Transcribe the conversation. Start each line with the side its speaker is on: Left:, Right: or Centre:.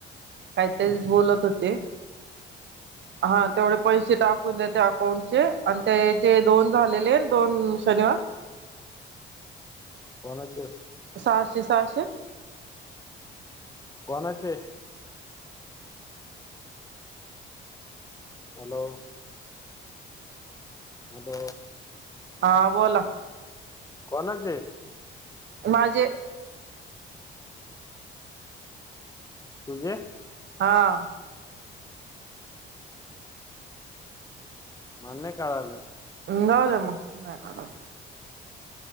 Right: कायतरी बोलत होते. हा तेवढे पैसे टाकून देते अकाउंटचे आणि त्या याचे दोन झालेले दोन शनिवार.
Left: कोणाचं
Right: सहाशे सहाशे
Left: कोणाचे हॅलो आता
Right: हा बला
Left: कोणाचे
Right: माझे
Left: तुझे
Right: हा
Left: मला नाय कळालं
Right: जाऊ द्या मग नाय कळालं